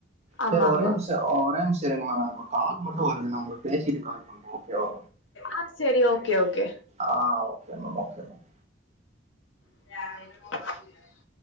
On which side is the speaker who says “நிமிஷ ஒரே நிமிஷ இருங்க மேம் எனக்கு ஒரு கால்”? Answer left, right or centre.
Right